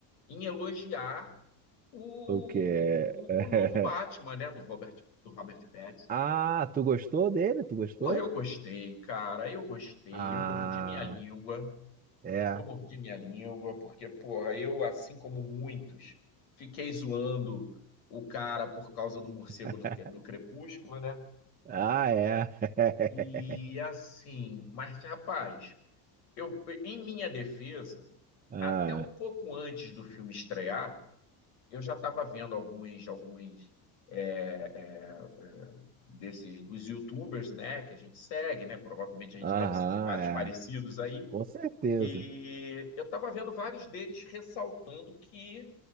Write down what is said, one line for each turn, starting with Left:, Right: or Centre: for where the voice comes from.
Left: em elogiar o,
Right: o quê?
Left: o, o,
Right: <laughs>
Left: o novo Batman, né, do Robert, do Robert Pattinson,
Right: Ah,
Left: cara.
Right: tu gostou dele? Tu gostou?
Left: Porra, eu gostei, cara, eu gostei,
Right: Ah,
Left: eu mordi minha língua,
Right: é.
Left: eu mordi minha língua, porque, porra, eu, assim como muitos, fiquei zoando o cara por causa do morcego
Right: <laughs>
Left: do, do Crepúsculo, né?
Right: Ah, é. <laughs>
Left: E assim, mas, rapaz, Eu, em minha defesa,
Right: Ah,
Left: até um pouco antes do filme estrear, eu já estava vendo alguns, alguns é, é, é, desses dos YouTubers, né, que a gente segue, né? Provavelmente a gente
Right: aham,
Left: deve seguir vários parecidos
Right: é.
Left: aí.
Right: Com certeza.
Left: E eu estava vendo vários deles ressaltando que